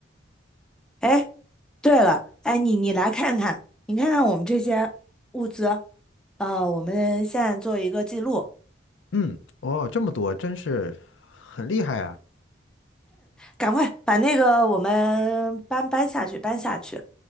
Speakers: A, in the centre; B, on the left.
A: 哎，对了，哎，你你来看看，你看看我们这些物资，呃，我们现在做一个记录，
B: 嗯，哦，这么多，真是很厉害啊。
A: 赶快把那个我们搬搬下去，搬下去。